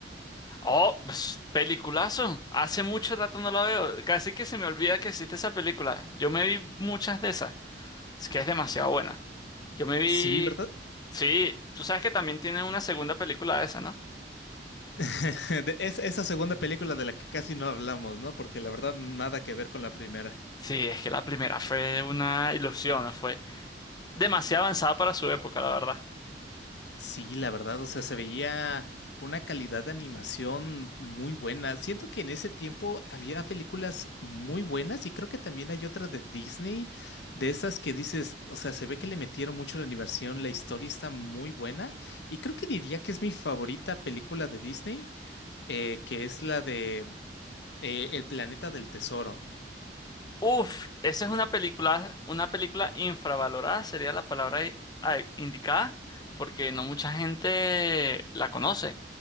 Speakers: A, on the left; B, on the left.
A: Oh, ps, peliculazo. Hace mucho rato no la veo. Casi que se me olvida que existe esa película. Yo me vi muchas de esas. Es que es demasiado buena. Yo me vi...
B: Sí, ¿verdad?
A: Sí, tú sabes que también tiene una segunda película de esa, ¿no?
B: <laughs> De es, esa segunda película de la que casi no hablamos, ¿no? Porque la verdad nada que ver con la primera.
A: Sí, es que la primera fue una ilusión, ¿no? fue demasiado avanzada para su época, la verdad.
B: Sí, la verdad, o sea, se veía una calidad de animación muy buena. Siento que en ese tiempo había películas muy buenas y creo que también hay otra de Disney, de esas que dices, o sea, se ve que le metieron mucho la animación, la historia está muy buena y creo que diría que es mi favorita película de Disney, eh, que es la de eh, El Planeta del Tesoro.
A: Uf, esa es una película, una película infravalorada, sería la palabra i- a- indicada, porque no mucha gente la conoce